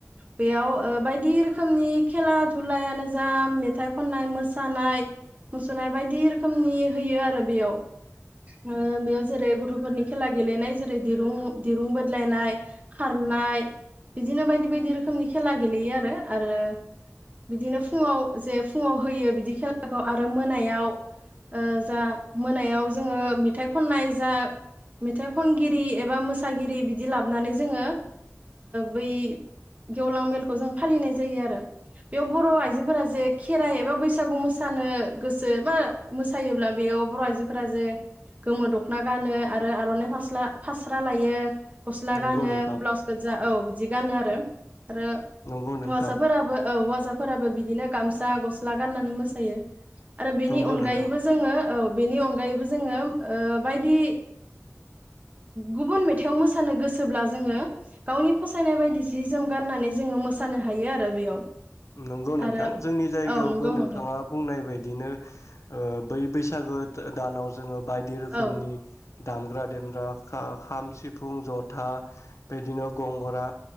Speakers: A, on the right (about 30°); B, on the left (about 75°).
A: बेयाव बायदि रोखोमनि खेला धुलायानो जा मेथाइ खननाय मानाय मुसनाय बायदि रोखोमनि होयो आरो। बेयाव ओ बेयाव जेरै गथ'फोरनि खेला गेलेनाय जेरै दिरुं दिरुं बोदलायनाय खारनाय बिदिनो बायदि बायदि रोखोमनि खेला गेलेयो आरो आरो बिदिनो फुङाव जे फुङाव होयो बिदि खेलाखौ आरो मोनायाव जा मोनायाव जोङो मेथाइ खननाय जा मेथाइ खनगिरि एबा मोसागिरि बिदि लाबोनानै जोङो बै गेवलां मेलखौ जों फालिनाय जायो आरो बेयाव बर' आइ आइजोफोरा जे खेराइ एबा बैसागु मोसानो गोसो एबा मोसायोब्ला बेयाव बर' आइजोफोरा जे गोमो दखना गानो आरो आर'नाइ फास्रा फास्रा लायो गस्ला
B: नंगौ
A: गानो
B: नोंथां
A: ब्लाउस गोजा औ जि गानो आरो। आरो
B: नंगौ नोंथां
A: हौवासाफोराबो औ हवासाफोराबो बिदिनो गामसा दा गस्ला गाननानै मोसायो आरो बेनि
B: नंगौ
A: अनगायैबो
B: नोंथां
A: जोङो औ बेनि अनगायैबो जोङो बायदि गुबुन मेथाइआव मोसानो गोसोब्ला जोङो गावनि फसायनाय बायदि सि जोम गाननानै जोङो मोसानो हायो आरो बेयाव
B: नंगौ नोंथां
A: आरो
B: जोंनि जायगायावबो
A: औ नंगौ
B: नोंथाङा
A: नोंथां
B: बुंनाय बायदिनो बै बैसाग बैसागो दानाव जोङो बायदि रोखोमनि
A: औ
B: दामग्रा देग्रा खाम सिफुं जथा बिदिनो गंगना